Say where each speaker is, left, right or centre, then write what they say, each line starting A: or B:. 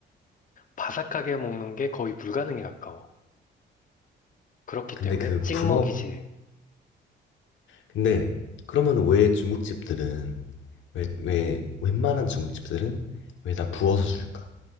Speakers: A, on the left; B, on the left.
A: 바삭하게 먹는 게 거의 불가능에 가까워. 그렇기
B: 근데
A: 때문에
B: 그
A: 찍먹이지.
B: 부먹, 근데 그러면 왜 중국집들은, 왜, 왜, 웬만한 중국집들은 왜 다 부어서 줄까?